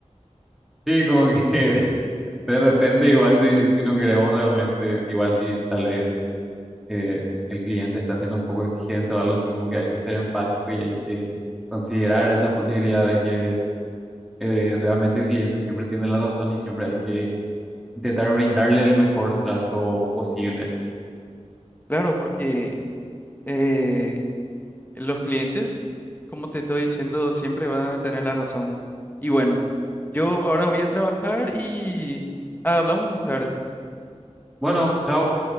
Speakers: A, in the centre; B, on the left.
A: Sí, como que <laughs> de repente igual si, si no queremos realmente, igual si tal vez eh, el cliente está siendo un poco exigente o algo así, como que hay que ser empático y hay que considerar esa posibilidad de que eh, realmente el cliente siempre tiene la razón y siempre hay que intentar brindarle el mejor trato posible.
B: Claro, porque... eh, Los clientes, como te estoy diciendo, siempre van a tener la razón, boludo. Y bueno, yo ahora voy a trabajar y ah, hablamos más tarde.
A: Bueno, chao.